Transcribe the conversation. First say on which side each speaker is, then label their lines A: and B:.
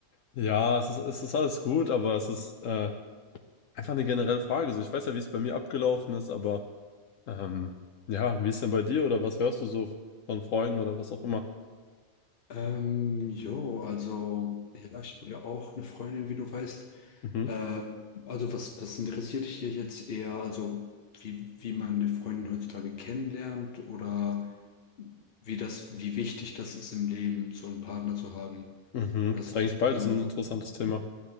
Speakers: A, on the left; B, on the left.
A: Ja, es ist, es ist alles gut, aber es ist äh, einfach eine generelle Frage. So, ich weiß ja, wie es bei mir abgelaufen ist, aber ähm, ja, wie ist denn bei dir oder was hörst du so von Freunden oder was auch immer?
B: Ähm, jo, also, ja, ich habe ja auch eine Freundin, wie du weißt.
A: Mhm,
B: Äh, also, was, was interessiert dich hier jetzt eher? Also, wie, wie man eine Freundin heutzutage kennenlernt oder wie das, wie wichtig das ist im Leben, so einen Partner zu haben?
A: mhm.
B: Das,
A: Ist eigentlich beides
B: ja.
A: ein interessantes Thema.